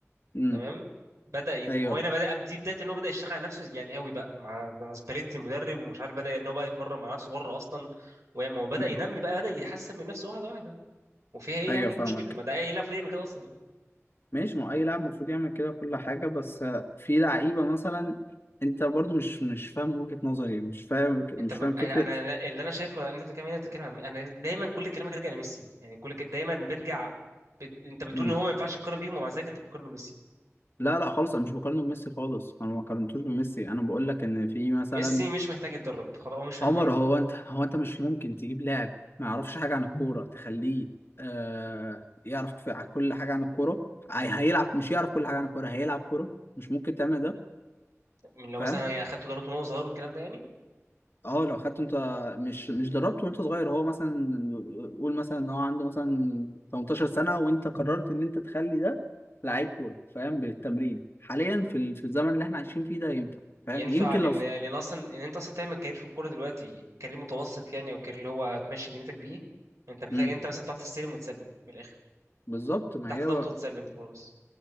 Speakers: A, on the left (about 50°); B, on the right (about 80°).
A: امم
B: تمام بدا ي...
A: ايوه
B: ما هو هنا بدا دي بدايه ان هو بدا يشتغل على نفسه يعني قوي بقى مع مع سباليتي المدرب ومش عارف بدا ان هو بقى يتمرن مع نفسه بره اصلا وما هو بدا
A: امم
B: ينمي بقى بدا يحسن من نفسه واحده واحده وفيها ايه
A: ايوه
B: يعني ايه
A: فاهمك
B: المشكله ما ده ايه لاعب يعمل كده اصلا يعني
A: ماشي ما هو اي لاعب المفروض يعمل كده كل حاجة بس آه، في لعيبة مثلا انت برضو مش مش فاهم وجهة نظري مش فاهم مش
B: انت ب...
A: فاهم فكرة
B: انا انا اللي انا شايفه ان انت بتتكلم انت بتتكلم عن... انا دايما كل كلامك راجع لميسي يعني كل كل... دايما بيرجع بت... انت بتقول
A: امم
B: ان هو ما ينفعش يتقارن بيهم ومع ذلك انت بتقارن ميسي
A: لا لا خالص انا مش بقارنه بميسي خالص انا ما قارنتوش بميسي انا بقول لك ان في مثلا
B: ميسي مش محتاج يتدرب خلاص هو مش محتاج
A: عمر هو انت هو انت مش ممكن تجيب لاعب ما يعرفش حاجه عن الكوره تخليه آه يعرف في- كل حاجه عن الكوره هي- هيلعب مش يعرف كل حاجه عن الكوره هيلعب كوره مش ممكن تعمل ده
B: من لو
A: فاهم
B: مثلا يعني اخدت دورته وهو صغير والكلام ده يعني
A: اه لو خدته انت مش مش دربته وانت صغير هو مثلا قول مثلا ان هو عنده مثلا 18 سنه وانت قررت ان انت تخلي ده لعيب كوره فاهم بالتمرين حاليا في ال- في الزمن اللي احنا عايشين فيه ده ينفع فاهم
B: ينفع
A: يمكن
B: لان
A: لو
B: لان اصلا ان انت اصلا تعمل كارير في الكوره دلوقتي كارير متوسط يعني او كارير اللي هو تمشي دنيتك بيه انت محتاج
A: امم
B: انت مثلا بتعرف تستلم وتسلم من الاخر
A: بالظبط ما
B: تحت
A: هي
B: ضغط وتسلم الكوره بس